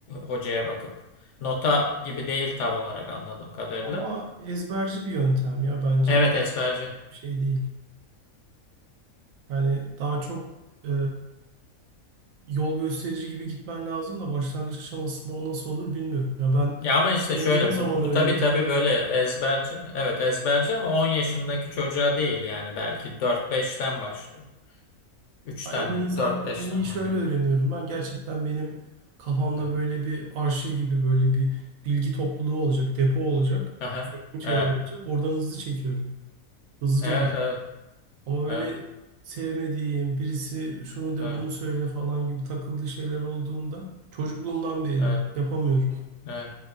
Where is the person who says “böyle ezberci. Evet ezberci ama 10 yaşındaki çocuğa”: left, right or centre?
Left